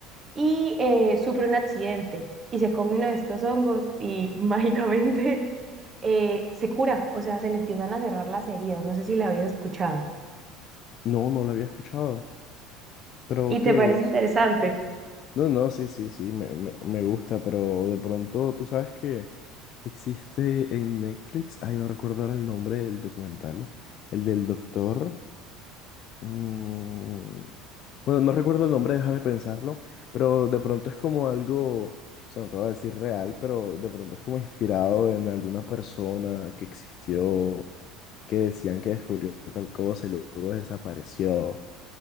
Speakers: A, on the right; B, on the left.
A: y eh, sufre un accidente y se come uno de estos hongos y <laughs> mágicamente eh, se cura, o sea, se le empiezan a cerrar las heridas. No sé si la habías escuchado.
B: No, no lo había escuchado. ¿Pero
A: ¿Y
B: qué
A: te parece
B: es?
A: interesante?
B: No, no, sí, sí, sí, me, me, me gusta, pero de pronto, tú sabes que existe en Netflix, ay, no recuerdo ahora el nombre del documental, el del doctor. mm, bueno, no recuerdo el nombre, déjame pensarlo, pero de pronto es como algo, o sea, no te voy a decir real, pero de pronto es como inspirado en alguna persona que existió, que decían que descubrió tal cosa y luego desapareció.